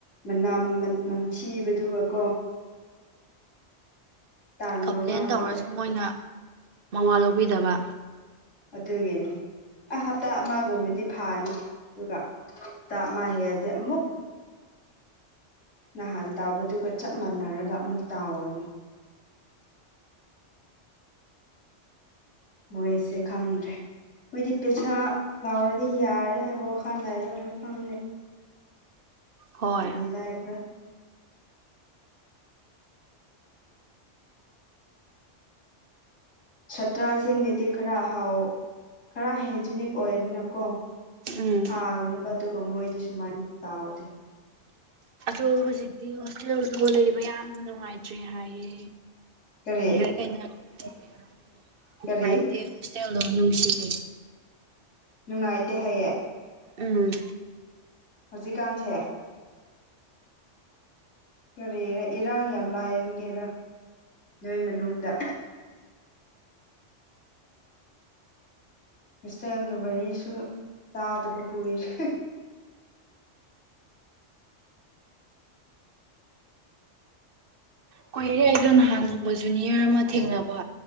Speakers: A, on the left; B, on the right.
A: ꯃꯅꯝ ꯅꯝꯊꯤꯕꯗꯨꯒ ꯀꯣ ꯇꯥꯟꯕ
B: ꯀꯝꯄ꯭ꯂꯦꯟ
A: ꯋꯥꯅꯤꯗ
B: ꯇꯧꯔꯁꯨ ꯃꯣꯏꯅ ꯃꯋꯥ ꯂꯧꯕꯤꯗꯕ
A: ꯑꯗꯨꯒꯤꯅꯤ ꯑ ꯍꯞꯇꯥ ꯑꯃꯒꯨꯝꯕꯗꯤ ꯐꯥꯅꯤ ꯑꯗꯨꯒ <unintelligible> ꯅꯍꯥꯟ ꯇꯥꯎꯕꯗꯨꯒ ꯆꯞ ꯃꯥꯟꯅꯔꯒ ꯑꯃꯨꯛ ꯇꯥꯎꯒꯅꯤ ꯃꯣꯏꯁꯦ ꯈꯪꯗ꯭ꯔꯦ ꯃꯣꯏꯗꯤ ꯄꯩꯁꯥ ꯂꯥꯎꯔꯗꯤ ꯌꯥꯔꯦ ꯍꯥꯏꯕ ꯋꯥꯈꯜ ꯂꯥꯏꯕ ꯅ꯭ꯔ ꯈꯪꯗꯦ
B: ꯍꯣꯏ
A: ꯔꯤ ꯂꯥꯏꯕ꯭ꯔ ꯁꯥꯠꯇ꯭ꯔꯁꯤꯡꯒꯤꯗꯤ ꯈꯔ ꯍꯥꯎ ꯈꯔ ꯍꯥꯏꯖꯤꯅꯤꯛ ꯑꯣꯏꯕꯅꯀꯣ
B: ꯎꯝ
A: ꯊꯥꯒꯅꯦꯕ ꯑꯗꯨꯒ ꯃꯣꯏꯗꯤ ꯁꯨꯃꯥꯏꯅ ꯇ ꯑꯥꯎꯗꯦ
B: ꯇꫭ ꯍꯧꯖꯤꯛꯇꯤ ꯍꯣꯁꯇꯦꯜꯗꯣ ꯂꯩꯕ ꯌꯥꯝ ꯅꯨꯡꯉꯥꯏꯇ꯭ꯔꯦ ꯍꯥꯏꯌꯦ
A: ꯀꯔꯤ
B: ꯑꯩꯅ ꯅꯨꯡꯉꯥꯏꯇꯦ
A: ꯀꯔꯤ
B: ꯍꫭꯁꯇꯦꯜꯗꫭ ꯅꯨꯡꯁꯤꯑꯦ
A: ꯅꯨꯡꯉꯥꯏꯇꯦ ꯍꯥꯏꯌꯦ
B: ꯎꯝ
A: ꯍꯧꯖꯤꯛꯀꯥꯟꯁꯦ ꯀꯔꯤꯔ ꯏꯔꯥꯡ ꯌꯥꯝ ꯂꯥꯏꯕꯒꯦꯔ ꯅꯣꯏ ꯃꯅꯨꯡꯗ ꯍꫭꯁꯇꯦꯜꯒꯤ ꯋꯥꯔꯤꯁꯨ ꯇꯥꯗꯕ ꯀꯨꯏꯔꯦ
B: ꯀꯣꯏꯔꯦ ꯑꯩꯗꯣ ꯅꯍꯥꯟ ꯅꯣꯡꯕ ꯖꯨꯅꯤꯌꯔ ꯑꯃ ꯊꯦꯡꯅꯕ